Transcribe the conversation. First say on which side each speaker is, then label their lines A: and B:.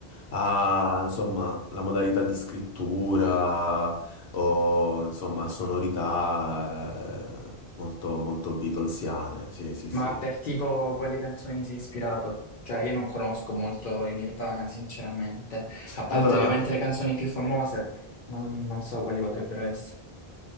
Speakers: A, on the left; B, on the left.
A: a, insomma, la modalità di scrittura o, insomma, sonorità eh, molto, molto Beatlesiane. Sì, sì,
B: Ma
A: sì.
B: per tipo quali canzoni sei ispirato? Cioè, io non conosco molto i Nirvana, sinceramente. A parte
A: Allora,
B: ovviamente le canzoni più famose, non, non so quali potrebbero essere.